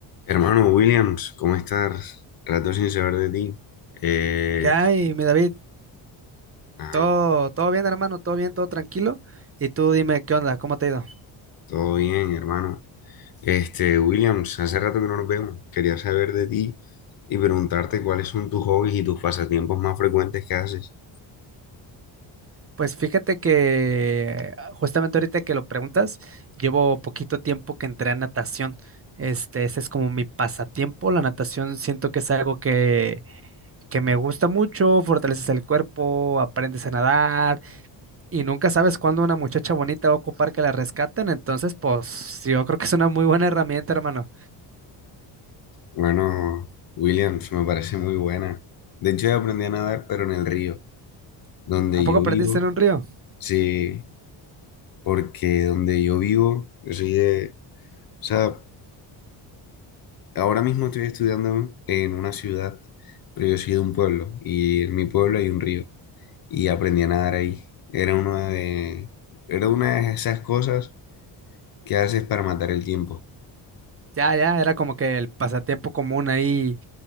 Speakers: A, on the left (about 50°); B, on the right (about 30°).
A: Hermano Williams, ¿cómo estás? Rato sin saber de ti. Eh,
B: Ya, y mi David,
A: ah,
B: todo, todo bien, hermano, todo bien, todo tranquilo. Y tú dime, ¿qué onda? ¿Cómo te ha ido?
A: todo bien, hermano. Este, Williams, hace rato que no nos vemos. Quería saber de ti y preguntarte cuáles son tus hobbies y tus pasatiempos más frecuentes que haces.
B: Pues fíjate que justamente ahorita que lo preguntas, llevo poquito tiempo que entré a natación. Este, ese es como mi pasatiempo. La natación siento que es algo que, que me gusta mucho, fortaleces el cuerpo, aprendes a nadar y nunca sabes cuándo una muchacha bonita va a ocupar que la rescaten. Entonces, pues yo creo que es una muy buena herramienta, hermano.
A: Bueno, Williams, me parece muy buena. De hecho, yo aprendí a nadar, pero en el río, donde
B: ¿A poco
A: yo
B: aprendiste
A: vivo,
B: en un río?
A: sí, porque donde yo vivo, yo soy de, o sea, Ahora mismo estoy estudiando en una ciudad, pero yo soy de un pueblo y en mi pueblo hay un río y aprendí a nadar ahí. Era una de, era una de esas cosas que haces para matar el tiempo.
B: Ya, ya, era como que el pasatiempo común ahí